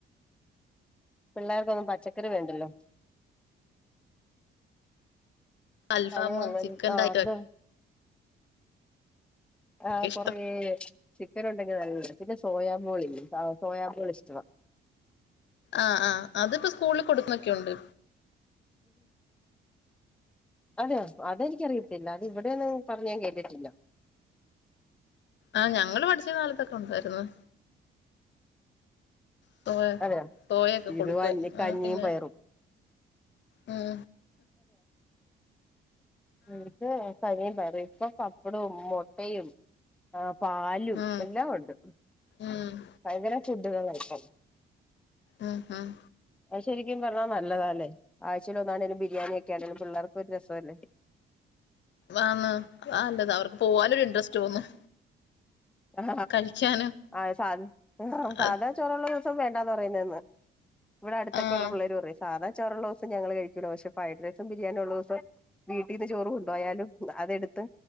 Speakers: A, in the centre; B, on the left.
A: പിള്ളേർക്കൊന്നും പച്ചക്കറി വേണ്ടല്ലോ
B: അൽഫാമ്
A: അതേള്ളൂ
B: ചിക്കന്റെ
A: ആ
B: ഐറ്റം
A: അതാ
B: ഒക്കെ
A: ആഹ്
B: ഇഷ്ടം
A: കൊറേ ചിക്കൻ ഉണ്ടെങ്കിൽ നല്ല പിന്നെ സോയാമോൾ ഇല്ല സോയാമോൾ ഇഷ്ടമാണ്
B: ആ ആ അതിപ്പോ സ്കൂളിൽ കൊടുക്കുന്നൊക്കെയുണ്ട്
A: അതെയൊ അതെനിക്കറിയത്തില്ല അത് ഇവിടെയൊന്നും പറഞ്ഞ് ഞാൻ കേട്ടിട്ടില്ല
B: ആഹ് ഞങ്ങള് പഠിച്ച കാലത്തൊക്കെ ഉണ്ടായിരുന്നു സോയ
A: അതെയോ
B: സോയ ഒക്കെ കൊടുക്കുവായിരുന്നു
A: ഇത് വഞ്ഞി കഞ്ഞിയും
B: ആ പിന്നെ
A: പയറും
B: മ്
A: അതെ കഞ്ഞി പയറും ഇപ്പൊ പ ഇവിട മുട്ടയും ആ പാലും
B: ഉം
A: എല്ലാം ഉണ്ട്
B: ഉം
A: ഭയങ്കര <unintelligible>
B: ഉം ഉം
A: അ ശരിക്കും പറഞ്ഞാ നല്ലതാല്ലേ ആഴ്ചൽ ഒന്നാണേങ്കലും ബിരിയാണി ഒക്കൊണേങ്കലും പിള്ളേർക്ക് ഒരു രസംല്ലേ
B: ആന്ന് അത് നല്ലതാ അവർക്ക് പോകാനൊരു ഇൻട്ര തോന്നും
A: ആ
B: കഴിക്കാനും
A: ആ സാധ സാധാ
B: അത്
A: ചോറുള്ള ദിവസം വേണ്ടന്ന് പറയുന്നേന്ന് ഇവിടെ അടുത്തൊക്കെയള്ളേര്
B: ആഹ്
A: പറയും സാധ ചോറുള്ള ദിവസം ഞങ്ങൾ കഴിക്കൂല പക്ഷെ ഫ്രൈഡ്റൈസും ബിരിയാണിയ ഉള്ള ദിവസം വീട്ടിൽന്ന് ചോറും കൊണ്ട് പോയാലും അതെടുത്ത്